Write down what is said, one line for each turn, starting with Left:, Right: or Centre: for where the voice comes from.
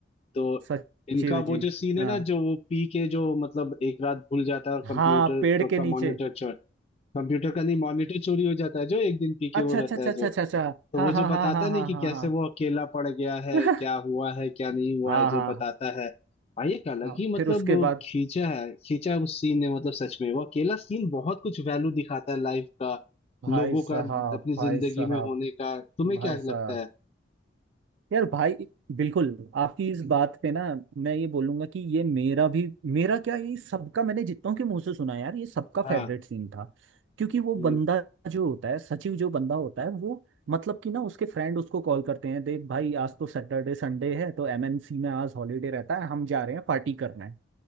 Left: तो
Right: सचिव
Left: इनका
Right: जी
Left: वो जो सीन है
Right: हाँ
Left: ना जो वो पी के जो मतलब एक रात भूल जाता है और
Right: हाँ
Left: कंप्यूटर
Right: पेड़ के
Left: का
Right: नीचे
Left: मॉनिटर चोर कंप्यूटर का नहीं मॉनिटर चोरी हो जाता है जो एक दिन पी के
Right: अच्छा
Left: वो
Right: अच्छा
Left: रहता
Right: अच्छा
Left: है
Right: अच्छा
Left: जो
Right: अच्छा अच्छा
Left: तो
Right: हाँ
Left: वो जो
Right: हाँ
Left: बताता
Right: हाँ हाँ
Left: नहीं
Right: हाँ
Left: कि
Right: हाँ
Left: कैसे
Right: हाँ
Left: वो अकेला पड़ गया है
Right: <laughs>
Left: क्या हुआ है क्या नहीं हुआ
Right: हाँ
Left: है जो
Right: हाँ
Left: बताता है भाई एक अलग
Right: हाँ
Left: ही मतलब
Right: फिर उसके
Left: वो
Right: बाद
Left: खींचा है खींचा है उस सीन ने मतलब सच में वो अकेला सीन बहुत कुछ वैल्यू दिखाता है लाइफ का
Right: भाई
Left: लोगों
Right: साहब
Left: का अपनी
Right: भाई
Left: जिंदगी
Right: साहब
Left: में होने का तुम्हें
Right: भाई
Left: क्या
Right: साहब
Left: लगता है
Right: यार भाई बिल्कुल आपकी इस बात पे ना मैं ये बोलूंगा कि ये मेरा भी मेरा क्या ये सबका मैंने जितनों के मुंह से सुना है यार ये सबका
Left: हाँ
Right: फेवरेट सीन था क्योंकि वो
Left: हम्म,
Right: बंदा जो होता है सचिव जो बंदा होता है वो मतलब कि ना उसके फ्रेंड उसको कॉल करते हैं देख भाई आज तो सैटरडे संडे है तो एमएनसी में आज हॉलीडे रहता है हम जा रहे हैं पार्टी करना है